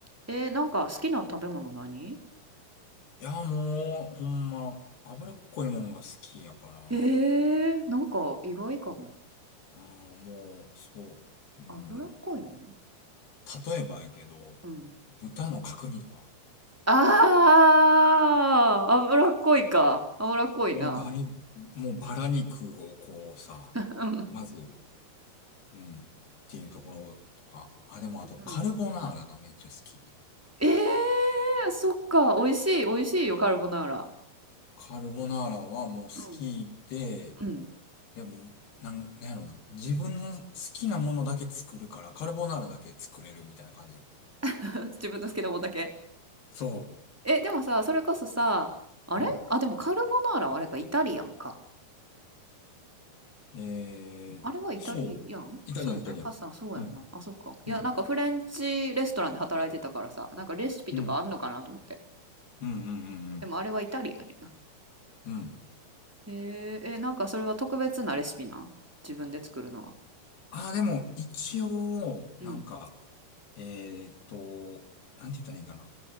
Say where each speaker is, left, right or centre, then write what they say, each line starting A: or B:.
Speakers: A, in the centre; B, on the left (about 80°).
A: えー、なんか好きな食べ物何
B: う。いや、もう、ほんま、脂っこいもんが好きやから。
A: へえ、なんか意外かも。
B: あーもう、そう。うん。
A: 脂っこいもん
B: 例えばやけど、
A: うん。
B: 豚の角煮とか。
A: ああ、脂っこいか。
B: うん
A: 脂っこいな。
B: もうだいもうバラ肉をこうさ、
A: うん。
B: まず、うん。っていうところとか。あ、でもあとカルボナーラがめっちゃ好き。
A: うん。ええそっか。美味しい、美味しいよ、カルボナーラ。
B: カルボナーラはもう好きで、
A: うん。うん。
B: でも、なん、なんやろな。自分の好きなものだけ作るから、カルボナーラだけ作れるみたいな感じ。
A: <laughs> 自分の好きなもんだけ。
B: そ
A: え、でもさ、それこそさ、あれあ、
B: う。うん。
A: でもカルボナーラはあれか、イタリアンか。
B: えー、
A: あれはイタリアンそうやな。
B: そう。イタリアン、イタリアン。
A: パスタ、そうやんな。
B: うん、
A: あ、そっか。いや、
B: うん、
A: なんかフレンチレストランで働いてたからさ、なんかレシピとかあんのかなと思って。
B: うん、うん、うん、う
A: でもあれはイタリアンやな。
B: ん。うん。
A: えー、え、なんかそれは特別なレシピなん自分で作るのは。
B: ああー、でも、一応、
A: うん
B: なんか、えーっと、なんて言ったらいいんかな。